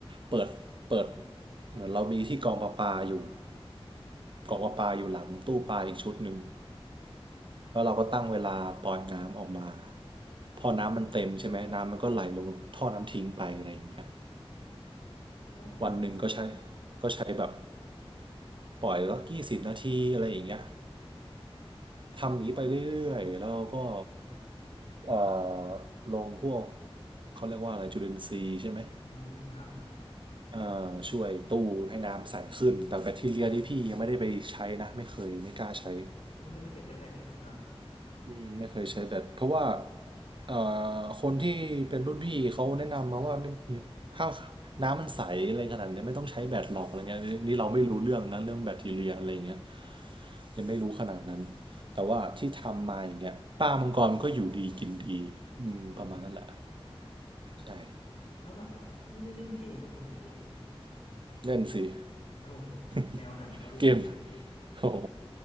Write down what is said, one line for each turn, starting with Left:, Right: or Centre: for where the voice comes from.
Right: เปิดเปิดเหมือนเรามีที่กองประปาอยู่กองประปาอยู่หลังตู้ปลาอีกชุดหนึ่งแล้วเราก็ตั้งเวลาปล่อยน้ำออกมา
Left: อ๋อ
Right: พอน้ำมันเต็มใช่ไหมน้ำมันก็ไหลลงท่อน้ำทิ้งไปอะไรอย่างเงี้ย
Left: ครับอ๋อโอเคครับพี่
Right: วันหนึ่งก็ใช้ใช้แบบปล่อยแล้วกี่สิบนาทีอะไรอย่างเงี้ยทำอย่างนี้ไปเรื่อยๆแล้วเราก็ เอ่อลงพวกเขาเรียกว่าอะไรจุลินทรีย์ใช่ไหม
Left: อ๋อครับ
Right: เอ่อช่วยตู้ให้น้ำใสขึ้นแต่แบคทีเรียนี่พี่ยังไม่ได้ไปใช้นะไม่เคยไม่กล้าใช้
Left: ผมไม่เคยไม่เคยใช้แบต <laughs> อ๋อ
Right: อืมไม่เคยใช้แบคเพราะว่าเอ่อคนที่เป็นรุ่นพี่เขาแนะนำมาว่าไม่มีถ้าน้ำมันใสอะไรขนาดเนี้ยไม่ต้องใช้แบคหรอกอะไรเงี้ยนี่เราไม่รู้เรื่องนะเรื่องแบคทีเรียอะไรเงี้ยยังไม่รู้ขนาดนั้นแต่ว่าที่ทำมาอย่างเงี้ยป้ามังกรก็อยู่ดีกินดีอืมประมาณนั้นแหละ
Left: โอ้
Right: ใช่
Left: แล้วแบบพี่ได้เล่นเกมบ้างไหมครับพี่
Right: เล่นสิ
Left: โอ้
Right: <laughs>
Left: แนวไหนครับพี่
Right: เกมโอ้โห